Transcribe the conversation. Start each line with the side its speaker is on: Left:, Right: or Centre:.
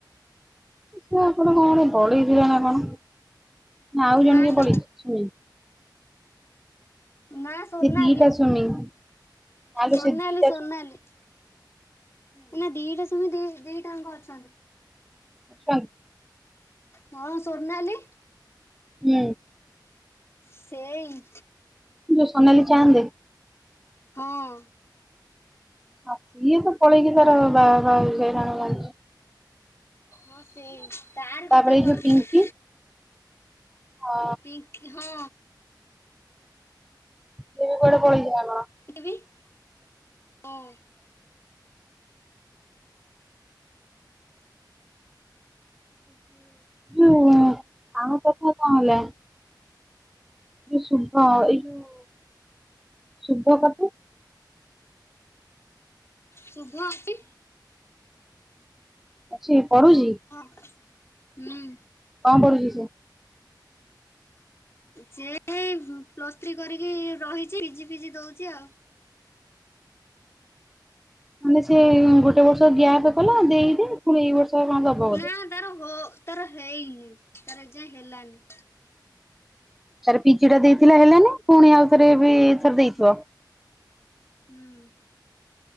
Centre: ସେ ଆପଣ କଣ ପଳେଇଥିଲା ନା କଣ? ନା ଆଉ
Left: ନା
Centre: ଜଣ କିଏ
Left: ତ
Centre: ପଳେଇଛି?
Left: ନା ସୋନାଲି
Centre: ସେ ଦିଟା ସ୍ଵାମୀ ନା ଲୋ
Left: ସୋନାଲି
Centre: ସେ ଦିଟା
Left: ସୋନାଲି
Centre: ସ୍ଵାମୀ।
Left: ମାନେ ଦି ଟା ସ୍ୱାମୀ ଦିଟା ଙ୍କ ଅଛନ୍ତି।
Centre: ଛନ୍
Left: ହଁ ସୋନାଲି।
Centre: ହୁଁ।
Left: ସେଇ
Centre: ଯୋଉ ସୋନାଲି ଚାହାନ୍ତେ
Left: ହଁ।
Centre: ଆଉ ସିଇଏ ତ ପଳେଇକି ତାର ବାହା ଫାହା ହେଇଶାଇଲାନି ମୁ ଜାଣିଚି।
Left: ହଁ ସେଇ ତାର
Centre: ତାପରେ
Left: କଥା
Centre: ଏଇ
Left: କହିଥିବେ।
Centre: ଯୋଉ ପିଙ୍କି ଅ
Left: ପିିଙ୍କ ହଁ।
Centre: ସିଏ କୁଆଡେ ପଳେଇଚି ନା କଣ?
Left: <unintelligible>
Centre: ଯଉ ଆମ କଥା କଣ ହେଲା? ଶୁଭ ଏଇ ଯୋଉ ଶୁଭ କଥା।
Left: ଶୁଭ ଅଛି।
Centre: ଅଛି ପଢୁଚି?
Left: ହଁ ହୁଁ।
Centre: କଣ ପଡୁଚି ସେ?
Left: ଯେଇ ପ୍ଲସ୍ ଥ୍ରୀ କରିକି ରହିଛି ପିଜି ଫିଜି ଦଉଛି ଆଉ।
Centre: ମାନେ ସେ ଗୋଟେ ବର୍ଷ ଗ୍ୟାପ କଲା ଦେଇଦି ପୁଣି ଏଇ ବର୍ଷ କଣ ଦବ ବୋଧେ।
Left: ନା ତାର ହୋ ତାର ହେଇନି ତାର ଏ ଯାଏଁ ହେଲାନି।
Centre: ତାର ପିଜି ଟା ଦେଇଥିଲା ହେଲାନି ପୁଣି ଆଉଥରେ ଏଥର ଦେଇଥିବ।
Left: ହୁଁ।